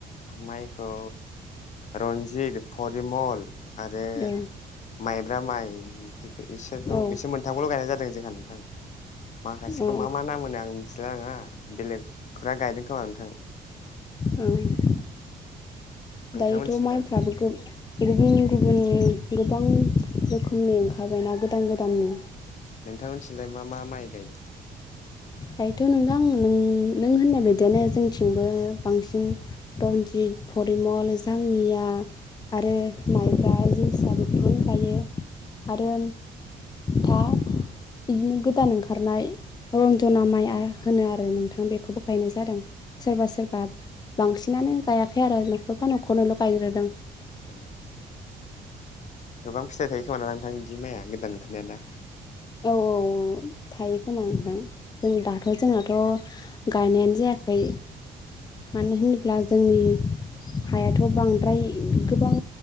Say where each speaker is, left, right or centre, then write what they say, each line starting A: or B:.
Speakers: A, on the left; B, on the left.
A: माइखौ रनजित, फरिमल आरो
B: औ
A: माइब्रा माइ बिसोरखौ
B: औ
A: एसे मोन थांखौल' गायनाय जादों जोंहा नोंथां। माखासेखौ
B: औ
A: मा मा नाम मोनो आं मिथिलाय लाङा बेलेग खुरा गायदों खोमा नोंथां।
B: उम।
A: नोंथांमोनथिंलाय
B: दायोथ' माइफ्राबो गोबां गुबुन गुबुन गोबां रोखोमनि ओंखाम फायबायना गोदान गोदाननि
A: नोंथांमोनथिलाय मा मा माइ गायदों।
B: दायोथ' नोंथां नों नों होननाय बायदियानो जोंथिंबो बांसिन रनजित परिमल जाङिया आरो माइब्रा जोसा बेफोरखौनो गायो आरो दा इदिनो गोदान ओंखारनाय जनामाइया होनो आरो नोंथां बेखौबो गायनाय जादों सोरबा सोरबा बांसिनानो गायाखै आरो नखरफा नखरनैल' गायग्रोदों
A: ओ गोबां फिथाइ थायो खोमाना नोंथां बिदि माया गोदान ओंखारनाया दा
B: औ औ थायो खोमा नोंथां जों दाथ' जोंनाथ' गायनायानो जायाखै मानो होनोब्ला जोंनि हायाथ' बांद्राय गोबां